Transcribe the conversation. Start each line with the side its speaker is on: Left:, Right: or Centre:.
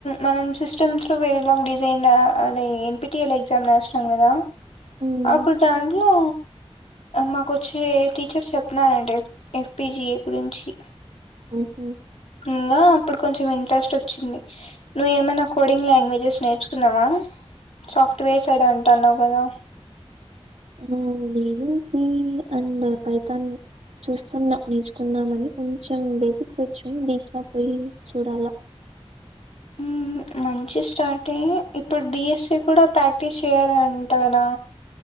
Left: మనం సిస్టమ్స్లో వేరేలాగ డిజైన్ అది N P T L exam రాసిన నం గదా
Right: మ్మ్.
Left: అప్పుడు దాంట్లో మాకు ఒచ్చే టీచర్ చెప్పినారంట ఎఫ్ బి జి ఏ గురించి
Right: ఉమ్ హు
Left: ఇంగా అప్పుడు కొంచెం ఇంట్రెస్ట్ వచ్చింది నువ్ ఏమన్న కొడింగ్ లాంగ్వేజెస్ నేర్చుకున్నావా? సాఫ్ట్వేర్ సైడ్ అంటన్నావు గదా
Right: ఉమ్ లేదు సీ అండ్ పైతాన్ చూస్తున్నా నేర్చుకుందామని కొంచెం బేసిక్స్ వచ్చు వీకాఫ్ పోయి చూడాలా
Left: మ్మ్ మంచి స్టార్టే, ఇప్పుడు డి ఎస్ సి కూడా ప్రాక్టీస్ చేయాలి అంట గదా